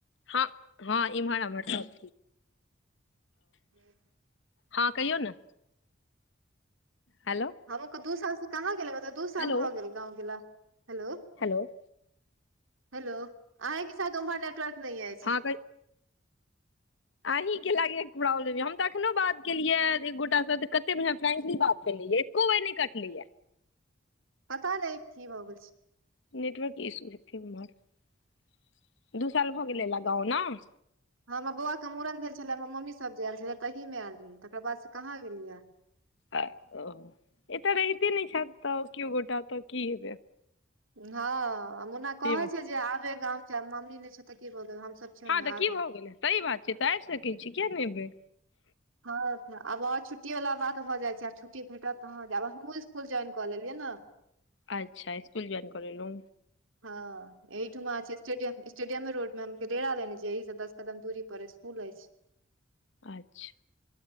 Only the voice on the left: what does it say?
हँ हँ इम्हर अम्हर सब
हँ कहियौ ने हेलो
हेलो
हेलो
हँ क अहीं के लागै एक प्रॉब्लम य हम तऽ अखनो बात केलियै एक गोटा से तऽ कते बढ़िया फ्रेंकली बात केलियै कोबेनी कटलै
नेटवर्क इशू हेतै उमहर दू साल भए गेलै लगााव न
आ ओ ए तऽ रहित नहि छ तऽ किओ गोटा तऽ की हेतै
बात।
हँ
तऽ
की भऽ गेलै सही बात छै तऽ आबि सकै छी किया नहि एबै
अच्छा इसकुल जॉवईन कलेलु
अच्छा